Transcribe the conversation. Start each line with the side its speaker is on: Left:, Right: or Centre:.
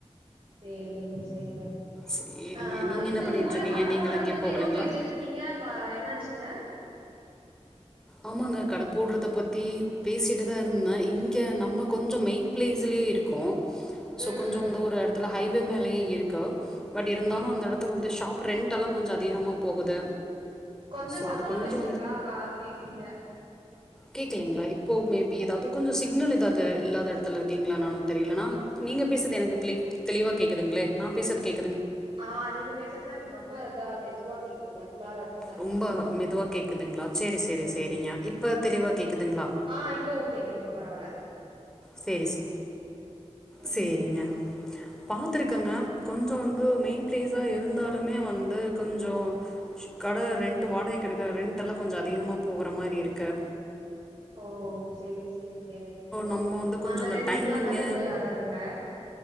Right: சேரிங்க சேரிங்க
Centre: சேரிங்க
Right: அ
Centre: நீங்க
Right: இது
Centre: என்ன பண்ணிட்ருக்கீங்க
Right: உங்க ஊர்ல கட
Centre: நீங்கலா
Right: போட்றது
Centre: எங்கயு
Right: பத்தி
Centre: போகலைங்களா
Right: எதோ பேசிட்டு இருந்தீங்க பா என்னாச்சுங்க
Centre: ஆமாங்க கட போட்றத பத்தி பேசிட்டு தா இருந்த இங்க நம்ம கொஞ்ச மெய்ண் ப்ளேஸ்லயு இருக்கோ
Right: ம்
Centre: சோ கொஞ்சோ
Right: ம்
Centre: வந்து ஒரு எடத்துல ஹை து மேலயே இருக்க பட் இருந்தாலு
Right: ஆ
Centre: அந்த எடத்த வந்து ஷாப் ரெண்ட்டல கொஞ்ச அதிகமா போகுது
Right: கொஞ்ச
Centre: ஸோ
Right: சத்தமா
Centre: அது கொஞ்சோ
Right: பேசுறீங்ளா காது கேக்லீங்க
Centre: கேக்குலீங்ளா இ ஓ மேபி எதாவ்து கொஞ்ச சிக்னல் த து இல்லாத எடத்துல இருக்கீங்ளானானு தெரிய்லனா நீங்க பேசஸ்றது எனக்கு க்ளி தெளிவா கேக்குதுங்ளே நா பேஸ்றது கேக்
Right: ஆ நீங்க பேசுறதா எனக்கு ரொம்ப இதா துவா கேக்குதுங்க உள்ளார இருக்க மாரி
Centre: ரொம்ப
Right: கேக்குது
Centre: மெதுவா கேக்குதுங்ளா சேரி சரி
Right: ம்
Centre: சேரிங்க இப்ப தெளிவா கேக்குதுங்ளா
Right: ஆ இப்போ ஓகேங்க இப்ப பரவால்ல
Centre: சேரி சே
Right: ம்
Centre: சேரிங்க பாத்துருக்கங்க கொஞ்ச வந்து மெயின் ப்ளேஸா இருந்தாலுமே வந்து கொஞ்சோ கட ரெண்ட்டு வாடகக்கு எடுக்குற ரெண்டடல்லா கொஞ்சஅதிகமாக போகுற மாரி இருக்க
Right: ஓ சேரி சேரி சேரிங்க
Centre: நம்ம வந்து கொஞ்சம்
Right: அந்த
Centre: இந்த
Right: ரெண்ட்டுக்குலா
Centre: டைமிங்கு
Right: கட்டுப்படி ஆகாதுங்க